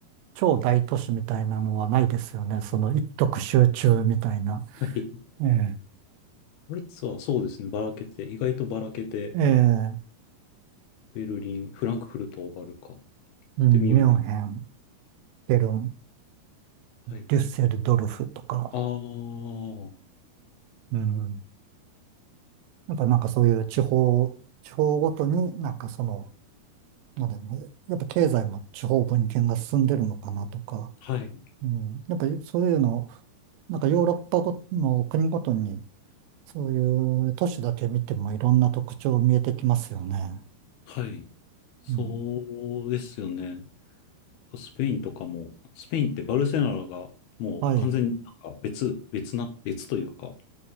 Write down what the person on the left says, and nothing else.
はい。
ドイツはそうですね。ばらけて、意外とばらけて、
ベルリン、フランクフルトがあるか。
で、ミュンヘン。
はい。
ああ、は
い。
はい。そうですよね。
スペインとかも、スペインってバルセロナがもう完全になんか別、
別な、別というか、